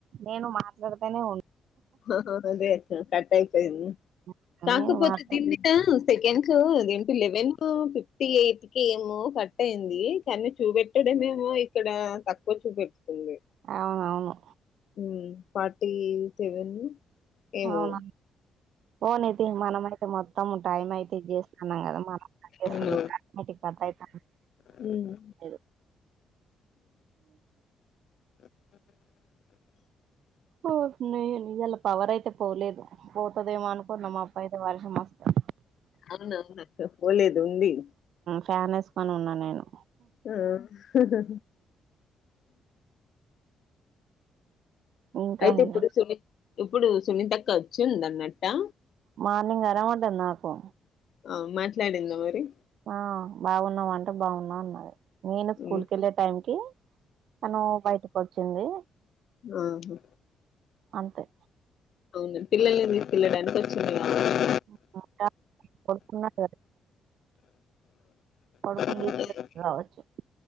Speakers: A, on the right; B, on the left.
A: నేను మాట్లాడితేనే ఉం
B: ఆ అదే కట్టైపోయింది
A: ఉంటాను
B: కాకపోతే
A: నేను మాట్లాడు
B: దీంట్లో seconds ten to eleven fifty eighth కి ఏమో కట్ అయింది కానీ చూపెట్టడమేమో ఇక్కడ తక్కువ చూపిస్తుంది.
A: అవునవును.
B: ఇది ఫార్టీ సెవెన్ ఏమో
A: అవునా ఓ నిది మనమైతే మొత్తం. టైమ్ అయితే చేస్తున్నాం కదా మనం కట్ చేస్తాలేదు
B: అవును
A: అది కట్ అయితాలేదు.
B: హ్మ్
A: సరే
B: <inaudible>
A: ఓర్నీ ఇయ్యాల పవర్ అయితే పోలేదు పోతుదామో అనుకున్నా మబ్బు అయితే పడతా సమస్తం
B: అవునవును అక్క పోలేదు ఉంది.
A: ఫ్యాన్ వేసుకొని ఉన్నాను నేను.
B: ఆ హి హి
A: ఇంకా
B: అయితే
A: ఇక
B: ఇప్పుడు సునీత ఇప్పుడు సునీతక్క వచ్చిందన్నట్టా
A: మార్నింగ్ రావద్దు నాకు
B: ఆ మాట్లాడిందా మరి.
A: ఆ బాగున్నావా అంటే బాగున్నా అన్నారు. నేను స్కూల్
B: హ్మ్
A: కి వెళ్ళే టైం కి తను బయటకి వచ్చింది.
B: మ్ హు
A: అంతే
B: అవును పిల్లలే తీసుకెళ్ళడానికి వచ్చింది కావచ్చు.
A: <unintelligible> పడుకున్నాడా కొడుకుని
B: కావచ్చు.
A: తీసుకొచ్చింది కావచ్చు.